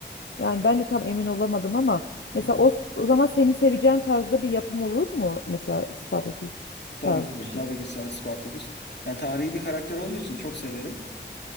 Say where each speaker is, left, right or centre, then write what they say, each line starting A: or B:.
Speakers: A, on the left; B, on the left.
A: Yani ben de tam emin olamadım ama mesela
B: Hı hı.
A: o, o zaman senin seveceğin tarzda bir yapım olur mu? Mesela Spartaküs
B: Tabii
A: tarzı
B: ki
A: bir şey.
B: tabii ki Spartacus. Yani tarihi bir karakter olduğu için çok severim.